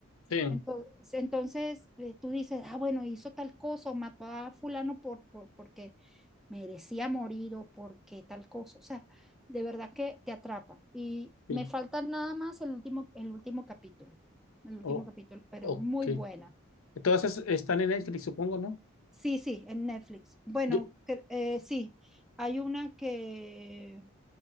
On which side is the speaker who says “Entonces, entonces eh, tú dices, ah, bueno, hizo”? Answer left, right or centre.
Centre